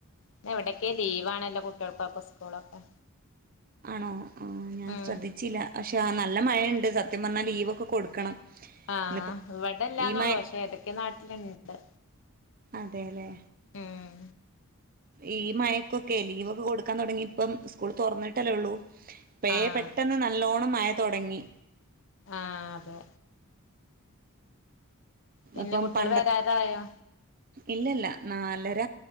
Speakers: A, on the left; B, on the right.
A: ഇന്ന് എവിടൊക്കെ ലീവ് ആണല്ലോ കുട്ടികൾക്കൊക്കെ സ്കൂളൊക്കെ.
B: ആണോ ആഹ് ഞാൻ
A: ഉം
B: ശ്രദ്ധിച്ചില്ല പക്ഷെ നല്ല മഴയുണ്ട് സത്യം പറഞ്ഞാൽ ലീവൊക്കെ കൊടുക്കണം.
A: ആഹ്
B: ഇന്നിപ്പം
A: ഇവിടെല്ലാന്നള്ളൂ
B: ഈ മഴ
A: പക്ഷേ ഏതൊക്കെ നാട്ടിലുണ്ട്.
B: അതെ ല്ലേ.
A: ഉം
B: ഈ മഴക്കൊക്കെ ലീവൊക്കെ കൊടുക്കാൻ തുടങ്ങി ഇപ്പം സ്കൂൾ തുറന്നിട്ടല്ലേള്ളൂ. പേ
A: ആഹ്
B: പെട്ടെന്ന് നല്ലോണം മഴ തൊടങ്ങി.
A: ആഹ് അതെ. പിന്നെ
B: ഇപ്പം
A: കുട്ട്യാള്
B: പണ്ട
A: വരാറായോ?
B: ഇല്ലല്ല നാലര